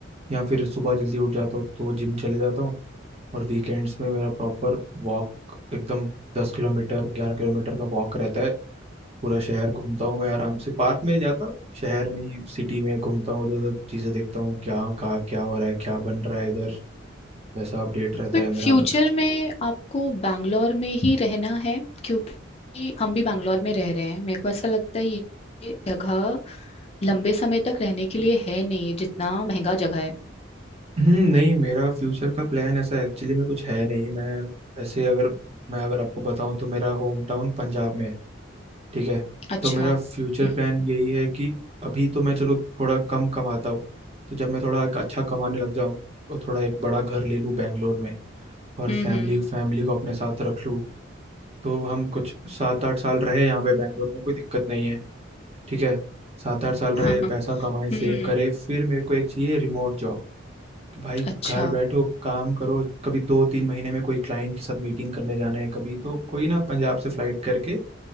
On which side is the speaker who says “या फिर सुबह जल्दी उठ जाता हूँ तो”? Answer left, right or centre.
Right